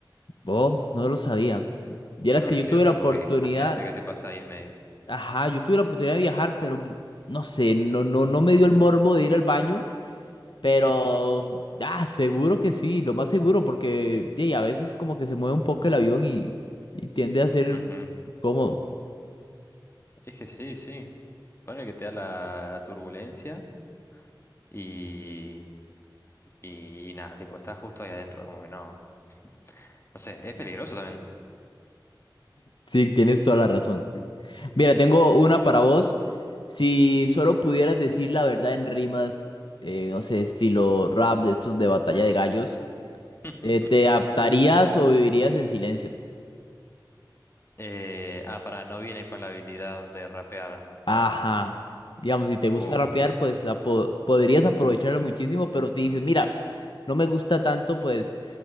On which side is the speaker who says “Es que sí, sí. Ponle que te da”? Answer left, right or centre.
Left